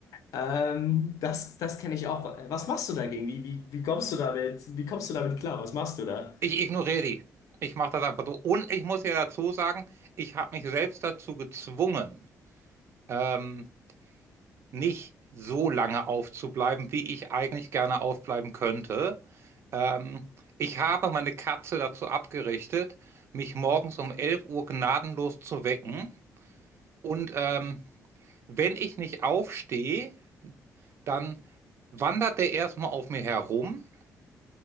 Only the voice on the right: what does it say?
Ich ignoriere die. Ich mache das einfach so. Und ich muss ja dazu sagen, ich habe mich selbst dazu gezwungen. Ähm, nicht so lange aufzubleiben, wie ich eigentlich gerne aufbleiben könnte. Ähm, ich habe meine Katze dazu abgerichtet, mich morgens um 11 Uhr gnadenlos zu wecken. Und ähm, wenn ich nicht aufstehe, dann wandert der erstmal auf mir herum.